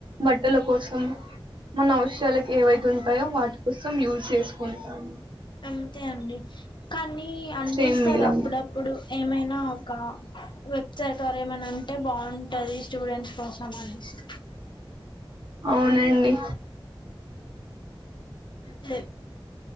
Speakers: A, on the right (about 60°); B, on the left (about 60°).
A: బట్టల కోసం మన అవసరాలక్ ఏవైతే ఉంటయో వాటి కోసం యూజ్ చేస్కుంటాం.
B: అంతే అండి కానీ అనిపిస్తద్
A: సేమ్ మీలానే
B: అప్పుడప్పుడు ఏమైనా కా వెచ్చేటోర్ ఏమైన ఉంటే బాగుంటది. స్టూడెంట్స్ కోసం అనేసి
A: అవునండి.
B: అదే